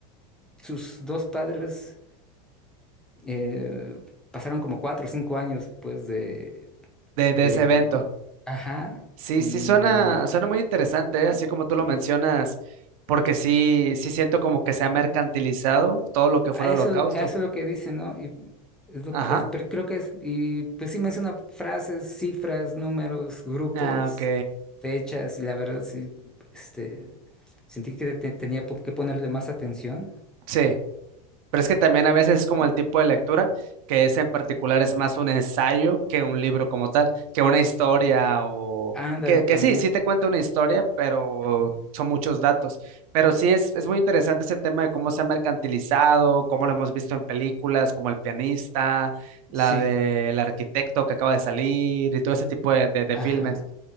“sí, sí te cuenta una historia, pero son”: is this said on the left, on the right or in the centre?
Right